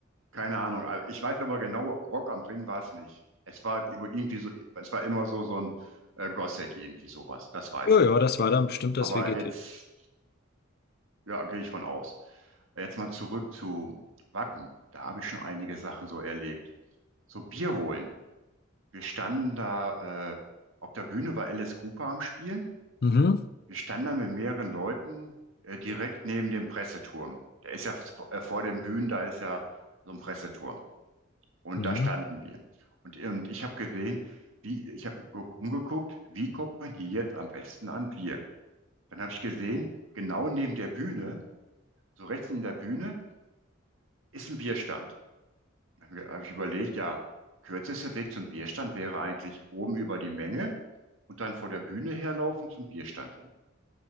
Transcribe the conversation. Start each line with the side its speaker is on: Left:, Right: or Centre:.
Right: keine Ahnung. Also Ich weiß aber genau, Rock am Ring war es nicht. Es war über- irgendwie so, es war immer so, so ein äh, Gothic, irgendwie sowas. Das weiß
Left: Ja,
Right: ich.
Left: ja, das war dann bestimmt das
Right: Aber
Left: VGT.
Right: jetzt, ja, gehe ich von aus. Jetzt mal zurück zu Wacken. Da habe ich schon einige Sachen so erlebt. So Bier holen. Wir standen da, äh, auf der Bühne war Alice Cooper am Spielen.
Left: Mhm,
Right: Wir standen da mit mehreren Leuten, äh, direkt neben dem Presseturm. Der ist ja v- äh, vor den Bühnen, da ist ja so ein Presseturm. Und
Left: mhm.
Right: da standen wir. Und, und ich habe gesehen, wie, ich habe umgeguckt, wie kommt man hier jetzt am besten an Bier? Dann habe ich gesehen, genau neben der Bühne, so rechts neben der Bühne, ist ein Bierstand. Dann habe ich überlegt, ja, kürzester Weg zum Bierstand wäre eigentlich oben über die Menge und dann vor der Bühne herlaufen zum Bierstand hin.